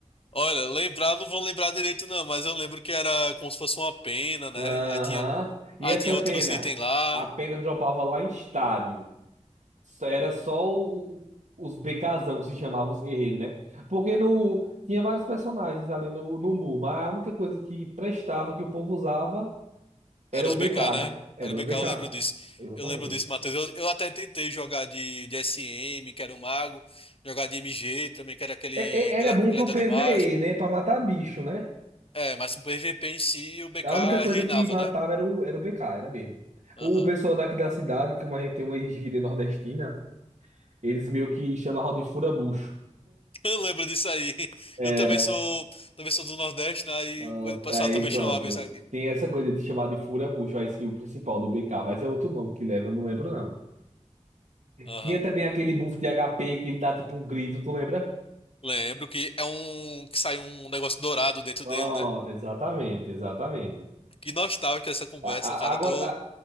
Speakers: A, on the left (about 50°); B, on the right (about 75°).
A: Olha, lembrar, não vou lembrar direito, não, mas eu lembro que era como se fosse uma pena, né?
B: Aham.
A: Aí tinha,
B: E
A: aí
B: essa
A: tinha outros
B: pena?
A: itens lá.
B: A pena dropava lá em estádio. Só- Era só o- o- os BKzão que se chamavam os guerreiros, né? Porque no, tinha vários personagens ali no, no Mu, mas a única coisa que prestava, que o povo usava, era
A: Era
B: o
A: os
B: BK,
A: BK, né?
B: né? Era
A: Era
B: os
A: BK,
B: BK.
A: eu lembro disso.
B: Exatamente.
A: Eu lembro disso, Matheus. Eu, eu até tentei jogar de, de SM, que era o mago, jogar de MG também, que era aquele
B: É- é-
A: gla-
B: era bom
A: gladiador
B: pro PvE,
A: mágico.
B: né? Pra matar bicho, né?
A: É, mas o PVP em si, o BK
B: A única coisa
A: reinava,
B: que matava
A: né?
B: era o, era o BK, era mesmo.
A: Aham.
B: O pessoal daqui da cidade, como a gente tem uma gíria nordestina, eles meio que chamavam de furabucho.
A: Eu lembro disso aí. <laughs>
B: Era.
A: Eu também sou, também sou do Nordeste, né? E
B: Ah,
A: o pessoal
B: aí
A: também
B: pronto.
A: chamava isso aqui.
B: Tem essa coisa de chamar de fura-bucho, a skill principal do BK, mas é outro nome que leva, eu não lembro não.
A: Aham.
B: Tinha também aquele buff de HP que ele dá tipo um grito, tu lembra?
A: Lembro que é um que sai um negócio dourado dentro
B: Pronto,
A: dele, né?
B: exatamente, exatamente.
A: Que nostálgica essa conversa,
B: A-
A: cara.
B: a- agora,
A: Eu tô
B: a-